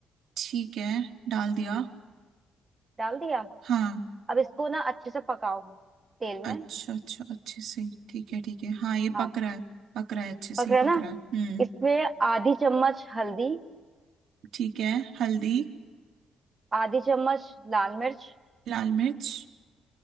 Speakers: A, on the right; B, on the right.
A: ठीक है डाल दिया
B: डाल दिया
A: हाँ
B: अब इसको ना अच्छे से पकाओ तेल
A: अच्छा
B: में
A: अच्छा अच्छे से ठीक है ठीक है हाँ ये
B: हाँ
A: पक रहा है पक रहा है अच्छे से
B: पक
A: ही
B: रहा है
A: पक
B: ना
A: रहा है हम्म
B: इसमें आधी चम्मच हल्दी
A: ठीक है हल्दी
B: आधी चम्मच लाल मिर्च
A: लाल मिर्च